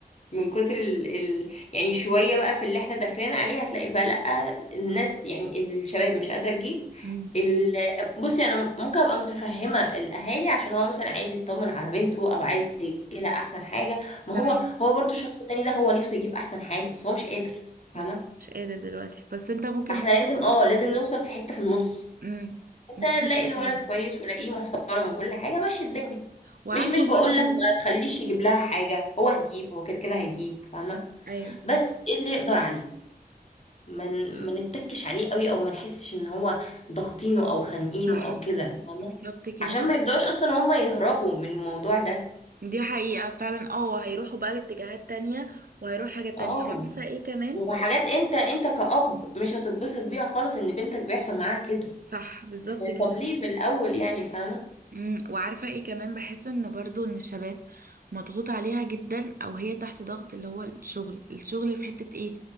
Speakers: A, on the left; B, on the right.
A: من كتر ال... ال... يعني شوية بقى في اللي احنا داخلين عليه هتلاقي بقى لأ الناس يعني الشباب مش قادرة تجيب
B: امم
A: ال... بصي انا ممكن ابقى متفهمة الاهالي عشان هو مثلا عايز يطمن على بنته او عايز يجيب لها احسن حاجة ما
B: تمام
A: هو هو برضو الشخص التاني ده هو نفسه يجيب احسن حاجة بس هو مش قادر فاهمة
B: بس مش قادر دلوقتي بس انت ممكن
A: فاحنا لازم اه لازم نوصل في حتة في النص
B: امم
A: انت
B: نتفق
A: لاقي الولد
B: فعلا
A: كويس ولاقيه محترم وكل حاجه مشي الدنيا
B: وعارفه
A: مش مش بقول
B: برضه
A: لك ما تخليش يجيب لها حاجه هو هيجيب هو كده كده هيجيب فاهمه
B: ايوه
A: بس ايه اللي يقدر عليه ما ن- ما نتكش عليه قوي او ما نحسش ان هو ضاغطينه او خانقينه
B: صح
A: او كده فاهمه
B: بالظبط كده
A: عشان ما يبداوش اصلا هم يهربوا من الموضوع ده
B: دي حقيقة فعلا اه هيروحوا بقى لاتجاهات تانية وهيروح حاجات
A: اه
B: تانية وعارفة ايه كمان
A: وحاجات انت انت كأب مش هتتبسط بيها خالص ان بنتك بيحصل معاها كده
B: صح بالظبط كده
A: طب ليه من الاول يعني فاهمه
B: امم وعارفة ايه كمان بحس ان برضو ان الشباب مضغوط عليها جدا او هي تحت ضغط اللي هو الشغل الشغل في حتة ايه